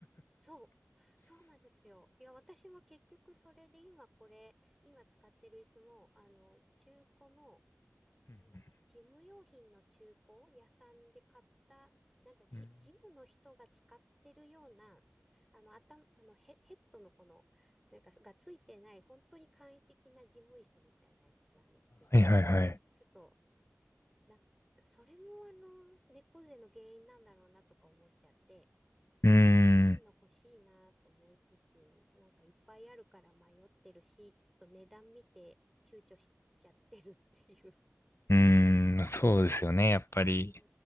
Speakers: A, in the centre; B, on the left (about 60°).
A: そう、そうなんですよ。いや、私も結局それで今これ、今使ってる椅子も、あの、中古の
B: うん
A: なんだっけ、事務用品の中古屋さんで買った、なんかジ、
B: うん
A: ジムの人が使ってるような、あの、頭、あのヘ、ヘッドのこの、なんかがついてない、本当に簡易的な事務椅子みたいなやつなんですけど、
B: はいはいはい。
A: ちょっと、な、それもあの、猫背の原因なんだろうなとか思っちゃって、
B: うー
A: いいの欲しいなと思いつつ、
B: ん、
A: なんかいっぱいあるから迷ってるし、ちょっと値段見て躊躇しちゃってるっていう
B: うーん、
A: 感じ
B: そうですよね、やっぱり。
A: う